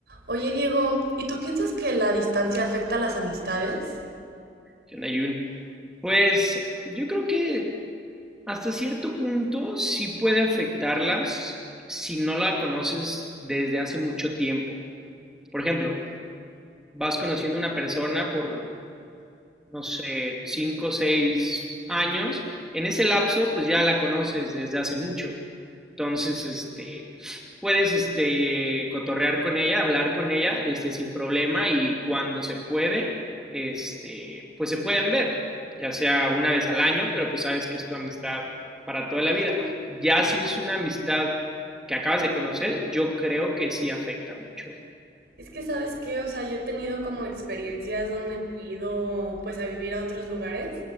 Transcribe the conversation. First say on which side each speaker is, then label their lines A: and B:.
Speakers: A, on the right; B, in the centre.
A: Oye, Diego, ¿y tú piensas que la distancia afecta a las amistades?
B: ¿Qué onda, Jun? Pues yo creo que hasta cierto punto sí puede afectarlas si no la conoces desde hace mucho tiempo. Por ejemplo, vas conociendo a una persona por no sé, cinco o seis años, en ese lapso, pues ya la conoces desde hace mucho. Entonces, este, puedes este, cotorrear con ella, hablar con ella este, sin problema y cuando se puede, este, pues se pueden ver, ya sea una vez al año, pero pues sabes que es tu amistad para toda la vida. Ya si es una amistad que acabas de conocer, yo creo que sí afecta mucho.
A: Es que, ¿sabes qué? O sea, yo he tenido como experiencias donde me he ido pues a vivir a otros lugares.